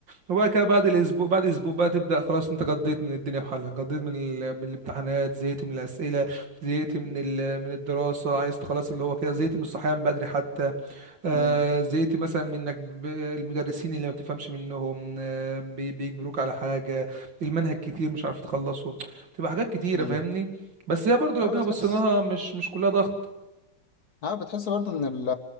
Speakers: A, on the right; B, on the left.
A: وبعد كده بعد الاسبوع بعد اسبوع بقى تبدا خلاص انت قضيت من الدنيا بحالها قضيت من ال... من الامتحانات زهقت من الاسئله زهقت من ال... من الدراسه عايز خلاص اللي هو كده زهقت من الصحيان بدري حتى آه
B: ده
A: زهقت مثلا من انك ب... المدرسين اللي ما بتفهمش منهم آه بي... بيجبروك على حاجه المنهج كتير مش عارف تخلصه بتبقى حاجات كتيره
B: مم.
A: فاهمني بس هي برضو لو
B: لا
A: جينا
B: بتحس
A: بصينا لها مش مش كلها ضغط
B: ها بتحس برضه ان ال-